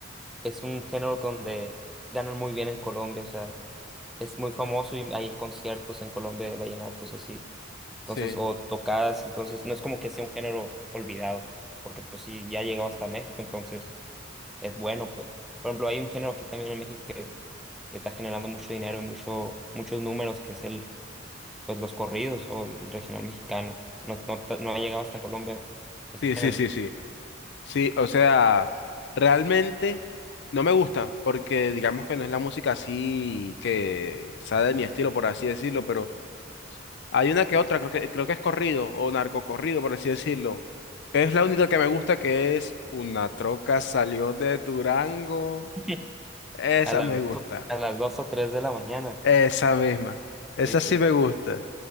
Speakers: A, in the centre; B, on the left.
A: es un género donde ganan muy bien en Colombia, o sea, es muy famoso y hay conciertos en Colombia de vallenatos así,
B: Sí,
A: entonces, o tocadas, entonces, no es como que sea un género olvidado, porque pues sí, ya ha llegado hasta México, entonces es bueno, pues. Por ejemplo, hay un género aquí también en México que, que está generando mucho dinero y mucho, muchos números, que es el, pues los corridos o el regional mexicano. No, no, ta- no ha llegado hasta Colombia ese
B: sí,
A: género.
B: sí, sí, sí. Sí, o sea, realmente no me gusta porque digamos que no es la música así que sea de mi estilo, por así decirlo, pero hay una que otra, creo que, creo que es corrido o narcocorrido, por así decirlo. Es la única que me gusta que es Una troca salió de Durango.
A: <laughs>
B: Esa
A: A las
B: me
A: dos,
B: gusta,
A: a las dos o tres de la mañana.
B: esa misma, esa
A: Ese.
B: sí me gusta,